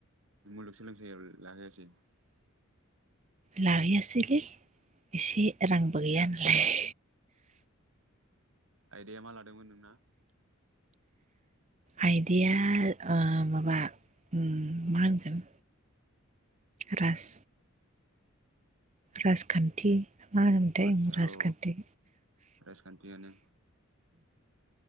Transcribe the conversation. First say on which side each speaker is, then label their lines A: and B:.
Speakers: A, on the right (about 70°); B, on the right (about 35°).
A: मुलुग सोलोंसालियाबो? लाखायासै।
B: लायैयासैलै। इसे रांबो
A: आदसा
B: गैया नालाय।
A: आइदाया मा लादोंमोन नोंना?
B: आइदाया ओ माबा मा होनगोन राज राजखान्थि। मा होनो मोनथाय
A: आदसा
B: राजखान्थि।
A: औ राजखान्थियानो